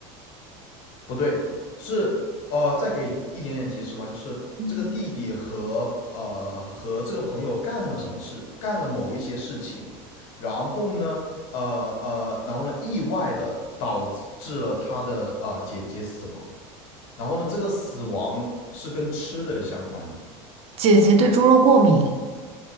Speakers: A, on the left; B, on the right.
A: 不对，是呃，再给一点点提示吧，就是这个弟弟和呃和这个朋友干了什么事，
B: 嗯
A: 干了某一些事情，然后呢，呃呃，然后呢，意外的导致了他的呃姐姐死亡，然后呢，这个死亡是跟吃的相关的，
B: 姐姐对猪肉过敏，